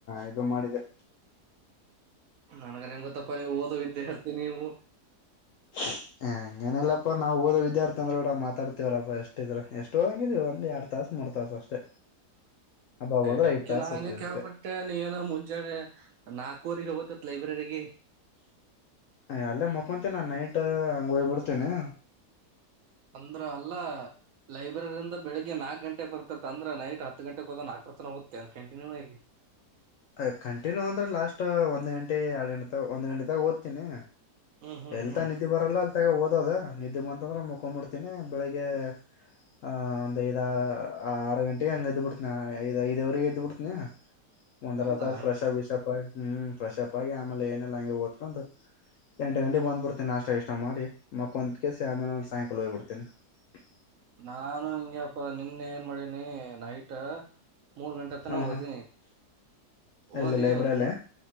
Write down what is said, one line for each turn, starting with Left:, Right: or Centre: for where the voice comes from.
Left: ಇದು ಮಾಡಿದೆ
Right: ನನ್ಗರಿ ನಿಮ್ ಗೊತ್ತಪ್ಪ ನೀವು ಓದ ವಿದ್ಯಾರ್ಥಿ ನೀವು
Left: ಹ ಹಂಗಏನ ಇಲ್ಲಪ್ಪ ನಾವುಓದೋ ವಿದ್ಯಾರ್ಥಿ ಅಂದ್ರರು ಕೂಡ ಮಾತಾಡ್ತಿವಲ್ಲಪ್ಪಾ ಎಷ್ಟಿದ್ರ ಎಷ್ಟು ಓದಂಗಿದವು ಲ್ಲಿ ಎರಡ್ ತಾಸ ಮೂರ್ ತಾಸ ಅಷ್ಟೇ ಅಬ್ಬ ಹೋದ್ರೆ
Right: ಹೆಕಿ
Left: ಐದ್ ತಾಸ
Right: ನಾ ಹಂಗೆ
Left: ಓದ್ತೀವಿ
Right: ಕೇಳ್ಪಟ್ಟೆ
Left: ಅಷ್ಟೇ
Right: ನೀ ಏನೋ ಮುಂಜಾನೆ ನಾಲ್ಕವರಿಗೆ ಹತ್ತ ಲೈಬ್ರೆರಿಗೆ
Left: ಅಲ್ಲೇ ಮಕ್ತೇ ನಾನ್ ನೈಟ್ ಹಂಗ ಹೋಗ್ಬಿಡ್ತೇನೆ
Right: ಅಂದ್ರ ಅಲ್ಲಾ ಲೈಬ್ರರಿಯಂದ ಬೆಳಗ್ ನಾಕ್ ಗಂಟೆ ಬರ್ತತೆ ಅಂದ್ರೆ ನೈಟ್ ಹತ್ತು ಗಂಟೆಗೆ ಹೋದನ್ ಹಾಕತ ನವುದ ಕಂಟಿನ್ಯೂಯಗೆ
Left: ಅ ಕಂಟಿನ್ಯೂ ಅಂದ್ರೆ ಲಾಸ್ಟ್ ಒಂದ್ ಗಂಟೆ ಎರಡು ಗಂಟೆ ಒಂದ್ ಗಂಟೆದಾಗ ಓದ್ತೀನಿ
Right: ಹ್ಮ್ ಹ್ಮ್
Left: ಎಲ್ತ
Right: ಹ್ಮ್
Left: ನಿದ್ದೆ ಬರಲ್ಲ ಅ ತ್ತಗ ಓದದ ನಿದ್ದೆ ಬಂತಂದ್ರೆ ಮುಕೊಂಡ್ಂಬಿಡ್ತೀನಿ ಬೆಳಿಗ್ಗೆ ಆ ಒಂದ್ ಐದ ಆರು ಗಂಟೆಗೆ ಹಂಗ ಎದ್ದ್ ಬಿಡ್ತನಿ ಐ ಐದ್ವರೆಗೆ ಎದ್ದ್ಬಿಡ್ತನಿ ಒಂದರ
Right: ಹೌದಾ
Left: ಫ್ರೆಶಪ್ ವಿಶಪ್ ಆಗಿ ಹ್ಮ್ ಫ್ರೆಶಪ್ ಆಗಿ ಆಮೇಲೆ ಏನೆಲ್ಲ ಹಂಗೆ ಓದ್ಕೊಂಡು ಎಂಟು ಗಂಟೆ ಬಂದ್ ಬಿಡ್ತೀನ ನಾಷ್ಟ ಇಷ್ಟ ಮಾಡಿ ಮಕ್ಕೊಂದ ಕ ಕೆಸಿ ಆಮೇಲೆ ಒಂದ ಸಾಯಂಕಾಲ ಹೋಗ್ಬಿಡ್ತಿನಿ <unintelligible>
Right: ನಾನು ಹಿಂಗಪ್ಪ ನಿನ್ನ ಏನ್ ಮಾಡಿನಿ ನೈಟ್ ಮೂರ್ ಗಂಟೆ ತನ
Left: ಹಾ
Right: ಹೋದನಿ
Left: ಹಾ
Right: ಹಓದ್
Left: ಎಲ್ಲಿ
Right: ಇವತ್ತುತ್
Left: ಲೈಬ್ರರಿಲೆ